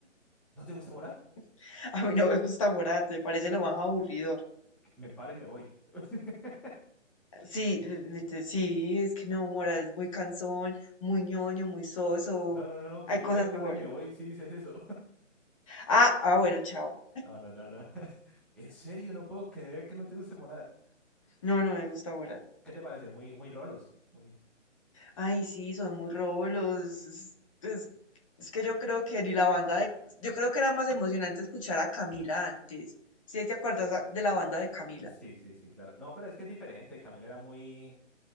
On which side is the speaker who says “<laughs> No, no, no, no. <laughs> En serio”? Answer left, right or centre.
Centre